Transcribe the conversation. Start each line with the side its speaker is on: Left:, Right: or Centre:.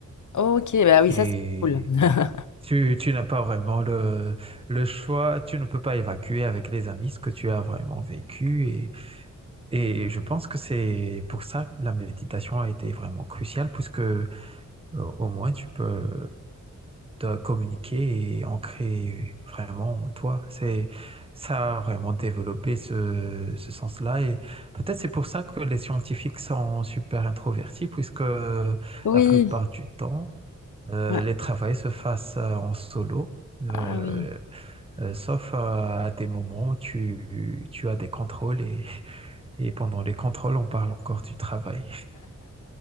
Left: Ok, bah oui,
Right: et
Left: ça, c'est cool. <laughs>
Right: tu, tu n'as pas vraiment le, le choix, tu ne peux pas évacuer avec les amis ce que tu as vraiment vécu. Et, et je pense que c'est pour ça que la méditation a été vraiment cruciale, puisque euh, au moins tu peux de communiquer et ancrer vraiment toi. C'est ça a vraiment développé ce, ce sens-là et peut-être c'est pour ça que les scientifiques sont super introvertis puisque la
Left: Oui.
Right: plupart du temps euh,
Left: Ouais.
Right: les travaux se fassent euh, en solo. euh,
Left: Ah oui.
Right: euh, sauf à, à des moments où tu, tu as des contrôles et, et pendant les contrôles, on parle encore du travail.